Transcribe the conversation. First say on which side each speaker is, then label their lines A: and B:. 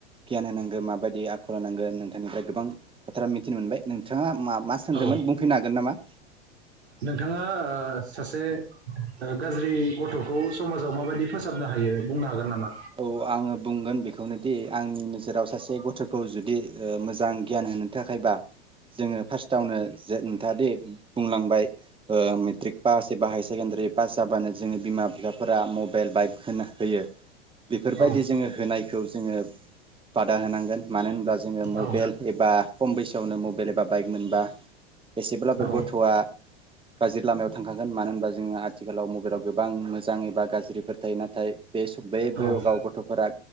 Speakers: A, on the right; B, on the right.
A: गियान होनांगो माबायदि आखल होनांगो नोंथांनिफ्राय गोबां बाथ्रा मिथिनो मोनबाय नों थाङा मा-मा सोंदोंमोन
B: औ
A: बुंफिननो हागोन नामा
B: नोंथाङा ओ सासे ओ गाज्रि गथ'खौ समाजाव माबायदि फोसाबनो हायो बुंनो हागोन नामा
A: औ आङो बुंगोन बेख खौनोदि आंनि नोजोराव सासे गथ'खौ जुदि मोजां गियान होनो थाखायबा जोङो फार्स्टआवनो जे नोंथाङादि बुंलांबाय ओ मेट्रिक पास एबा हायार सेकेण्डारि पास जाबानो जोंनि बिमा बिफाफोरा मब बेल बाइक होना होयो। बेफोरबायदि
B: औ
A: जोङो होनायखौ जोङो <inaudible> बादा होनांगोन मानो होनब्ला जोङो मबाइल
B: औ
A: एबा खम बैसोआवनो मबाइल एबा बाइक मोनबा एसेब्लाबो
B: औ
A: गथ'आ गाज्रि लामायाव थांखा गोन मानो होनबा जोङो आथिखालाव मबाइलाव गोबां मोजां एबा गाज्रि फोर थायो नाथाय बे सब बे <unintelligible>
B: औ औ
A: गाव गथ'फोरा